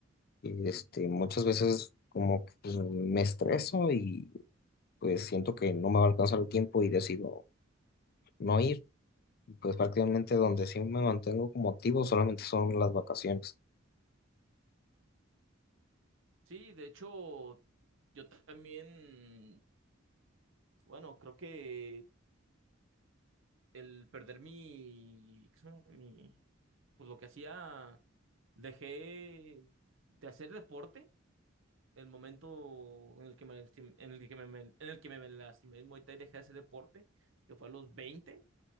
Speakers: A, on the left (about 50°); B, on the right (about 70°).
A: este, muchas veces como que pues, me estreso y pues siento que no me va a alcanzar el tiempo y decido no ir. Y, Pues prácticamente donde sí me mantengo como activo solamente son las vacaciones.
B: Sí, de hecho, yo también, bueno, creo que el perder mi, ¿qué se llama? mi, pues lo que hacía, dejé de hacer deporte. El momento en el que me, lastim- en el que me, me- en el que me me lastimé en Muay Thai, dejé de hacer deporte, que fue a los veinte